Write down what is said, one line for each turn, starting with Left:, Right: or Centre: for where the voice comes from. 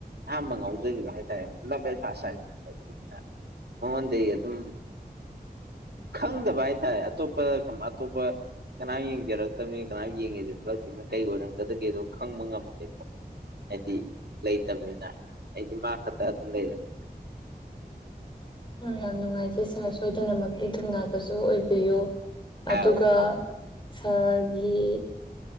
Right: ꯑꯍꯝꯕ ꯉꯥꯎꯖꯈꯤꯕ ꯍꯥꯏ ꯇꯥꯔꯦ ꯂꯞ ꯑꯦꯟ ꯐꯥꯁ ꯍꯥꯏ ꯑꯗꯨꯅ ꯃꯉꯣꯟꯗꯒꯤ ꯑꯗꯨꯝ ꯈꯪꯗꯕ ꯍꯥꯏ ꯇꯔꯦ ꯑꯇꯣꯞꯄ ꯑꯇꯣꯞꯄ ꯀꯅꯥꯝ ꯌꯦꯡꯖꯔꯛꯇꯕꯅꯤꯅ ꯀꯅꯥꯝ ꯌꯦꯡꯒꯦ ꯈꯂꯛꯇꯅꯤꯅꯣ ꯀꯩ ꯑꯣꯏꯔꯝꯒꯗꯒꯦꯗꯣ ꯈꯪꯕ ꯉꯝꯗꯦꯀꯣ ꯍꯥꯏꯗꯤ ꯂꯩꯇꯕꯅꯤꯅ ꯑꯩꯗꯤ ꯃꯥ ꯈꯛꯇ ꯑꯗꯨꯝ ꯂꯩꯔꯝꯃꯤ
Left: ꯌꯥꯝ ꯅꯨꯡꯉꯥꯏꯖꯩ ꯁꯥꯔ ꯁꯣꯏꯗꯅꯃꯛꯀꯤ ꯊꯨꯡꯅꯥꯕꯁꯨ ꯑꯣꯏꯕꯤꯌꯨ ꯑꯗꯨꯒ
Right: ꯑꯥꯎ
Left: ꯁꯍꯔꯒꯤ